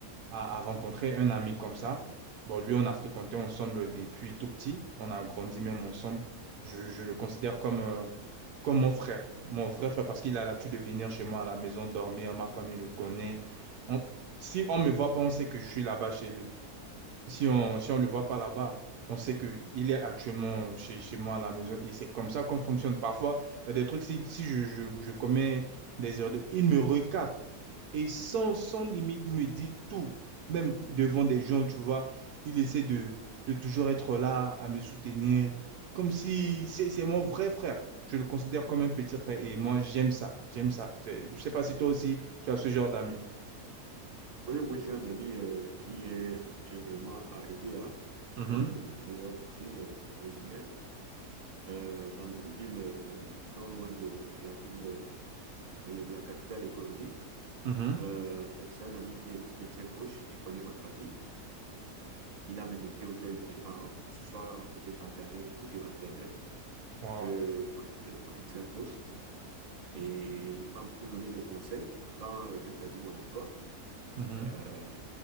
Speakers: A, on the right; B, on the right.
A: à, à rencontrer un ami comme ça. Bon, lui, on a fréquenté ensemble depuis tout petit. On a grandi même ensemble. Je, je le considère comme, euh, comme mon frère, mon vrai frère, parce qu'il a l'habitude de venir chez moi à la maison dormir, ma famille le connaît. On- si on me voit pas, on sait que je suis là-bas chez lui. Si on si on le voit pas là-bas, on sait que il est actuellement chez, chez moi à la maison. Et c'est comme ça qu'on fonctionne. Parfois, il y a des trucs, si, si je, je, je commets des erreurs, de- il me recadre. Et sans, sans limite me dit tout, même devant des gens, tu vois, il essaie de, de toujours être là à me soutenir, comme si c'est c'est mon vrai frère. Je le considère comme un petit frère et moi, j'aime ça, j'aime ça. C'est- Je sais pas si toi aussi, tu as ce genre d'amis.
B: Oui, oui, j'ai un ami euh, qui est actuellement à Edea,
A: Mhm,
B: au Cameroun. Alors, je suis euh, originaire euh, dans une ville euh, non loin de la ville, euh, de la capitale économique.
A: mhm.
B: Euh, c'est c'est un ami qui est, qui est très proche, il connaît ma famille. Il a même été au deuil de mes parents, que ce soit côté paternel ou côté maternel.
A: Wow.
B: Euh, on est très, on est très proches et il m'a beaucoup donné des conseils quand euh, j'ai perdu mon emploi.
A: Mhm.
B: Euh,